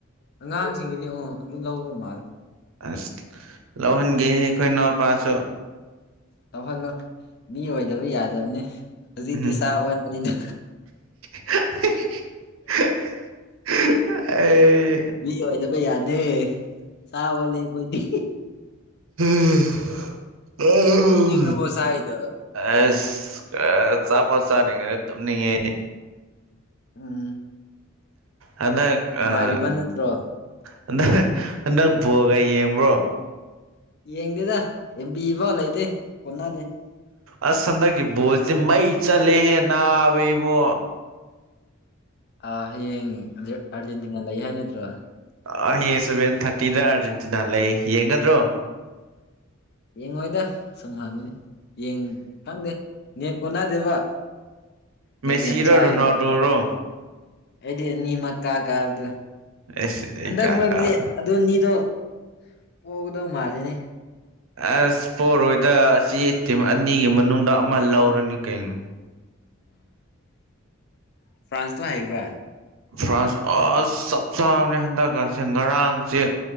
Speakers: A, on the left; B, on the right.
A: ꯑꯉꯥꯡꯁꯤꯡꯒꯤꯗꯤ ꯑꯣ ꯑꯗꯨ ꯂꯧꯕꯃꯥꯜꯂꯦ
B: ꯑꯁ ꯂꯧꯍꯟꯒꯦ ꯑꯩꯈꯣꯏ ꯏꯅꯥꯎꯄꯥꯁꯨ
A: ꯇꯧꯍꯜꯂꯣ ꯃꯤ ꯑꯣꯏꯗꯕ ꯌꯥꯗꯕꯅꯦ ꯍꯧꯖꯤꯛꯇꯤ
B: ꯎꯝ
A: ꯁꯥ ꯑꯣꯟꯕꯅꯤꯅ
B: <unintelligible>
A: ꯃꯤ ꯑꯣꯏꯗꯕ ꯌꯥꯗꯦ ꯁꯥ ꯑꯣꯂꯦ ꯑꯩꯈꯣꯏꯗꯤ
B: ꯎꯝ ꯑꯝ
A: ꯇꯨꯝꯅꯤꯡꯉꯕꯣ ꯁꯥꯏꯗꯣ
B: ꯑꯁ ꯆꯥꯛ ꯐꯥꯎ ꯆꯥꯗ꯭ꯔꯤꯉꯩꯗ ꯇꯨꯝꯅꯤꯡꯉꯦ ꯑꯩꯗꯤ
A: ꯎꯝ
B: ꯍꯟꯗꯛ
A: ꯅꯨꯡꯉꯥꯏꯔꯤꯕ
B: ꯑꯥ
A: ꯅꯠꯇ꯭ꯔꯣ
B: ꯍꯟꯗꯛ ꯍꯟꯗꯛ ꯕꯣꯜꯒ ꯌꯦꯡꯕ꯭ꯔꯣ
A: ꯌꯦꯡꯗꯦꯗ ꯑꯦꯝ ꯕꯤ ꯐꯥꯎ ꯂꯩꯇꯦ ꯍꯣꯠꯅꯗꯦ
B: ꯑꯁ ꯍꯟꯗꯛꯀꯤ ꯕꯣꯜꯁꯦ ꯃꯩ ꯆꯠꯂꯦꯍꯦ ꯅꯥꯕ ꯏꯕꯣ
A: ꯑꯥ ꯍꯌꯦꯡ ꯑꯔ ꯑꯔꯖꯦꯟꯇꯤꯅꯥ ꯂꯩ ꯍꯥꯏ ꯅꯠꯇ꯭ꯔꯣ
B: ꯍꯌꯦꯡ ꯁꯚꯦꯟ ꯊꯥꯔꯇꯤꯗ ꯑꯥꯔꯖꯦꯟꯇꯤꯅꯥ ꯂꯩ ꯌꯦꯡꯒꯗ꯭ꯔꯣ
A: ꯌꯦꯡꯉꯣꯏꯗ ꯁꯨꯝ ꯍꯪꯕꯅꯤ ꯌꯦꯡ ꯈꯪꯗꯦ ꯅꯦꯠ ꯀꯅꯥꯗꯦꯕ ꯅꯦꯠ
B: ꯃꯦꯁꯤꯔꯣ
A: ꯌꯥꯝ ꯆꯥꯑꯦꯕ
B: ꯔꯣꯅꯥꯜꯗꯣꯔꯣ
A: ꯑꯩꯗꯤ ꯑꯅꯤꯃꯛ ꯀꯥ ꯀꯥꯕꯗꯣ
B: ꯑꯁ ꯑꯩ
A: ꯍꯟꯗꯛ
B: ꯀꯥ
A: ꯃꯔꯛꯇ
B: ꯀꯥꯒꯦ
A: ꯑꯗꯨꯅꯤꯗꯣ ꯄꯣꯒꯗꯧ ꯃꯥꯂꯤꯅꯦ
B: ꯑꯁ ꯄꯣꯔꯣꯏꯗ ꯑꯁꯤ ꯇꯤꯝ ꯑꯅꯤꯒꯤ ꯃꯅꯨꯡꯗ ꯑꯃ ꯂꯧꯔꯅꯤ ꯀꯩꯅꯣ
A: <unintelligible> ꯐ꯭ꯔꯥꯟꯁꯇꯣ ꯍꯩꯕ꯭ꯔꯥ
B: ꯐ꯭ꯔꯥꯟꯁ ꯑꯁ ꯆꯞ ꯆꯥꯕꯅꯦ ꯍꯟꯗꯛꯀꯁꯦ ꯉꯔꯥꯡꯁꯦ